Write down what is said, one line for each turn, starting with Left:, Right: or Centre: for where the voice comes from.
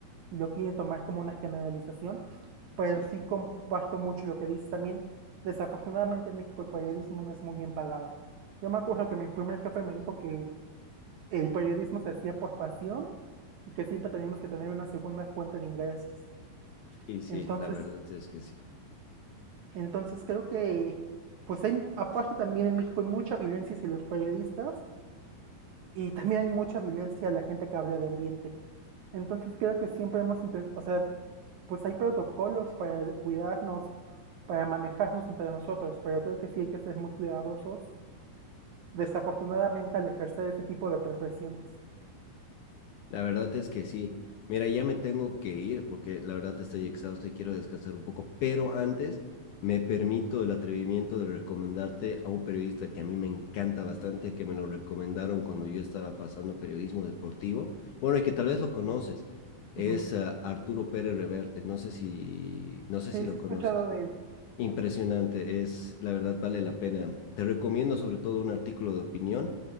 Right: y lo quieren tomar como una generalización, pero
Left: sí.
Right: sí comparto mucho lo que dices también. Desafortunadamente en México el periodismo no es muy bien pagado. Yo me acuerdo que mi primer jefe me dijo que el periodismo se hacía por pasión y que siempre teníamos que tener una segunda fuente de ingresos.
Left: Y sí,
Right: Entonces,
Left: la verdad es que sí.
Right: Entonces creo que, pues hay, aparte también en México hay mucha violencia hacia los periodistas y también hay mucha violencia a la gente que habla de ambiente. Entonces creo que siempre hemos intentado, o sea, pues hay protocolos para cuidarnos, para manejarnos entre nosotros, pero creo que sí hay que ser muy cuidadosos, desafortunadamente, al ejercer ese tipo de profesiones.
Left: La verdad es que sí. Mira, ya me tengo que ir porque la verdad estoy exhausto y quiero descansar un poco, pero antes me permito el atrevimiento de recomendarte a un periodista que a mí me encanta bastante, que me lo recomendaron cuando yo estaba pasando periodismo deportivo. Bueno, y que tal vez lo conoces, es
Right: Ujú.
Left: uh, Arturo Pérez Reverte. No sé si, no sé
Right: Sí,
Left: si lo
Right: sí he
Left: conoces.
Right: escuchado de él.
Left: Impresionante, es la verdad vale la pena. Te recomiendo sobre todo un artículo de opinión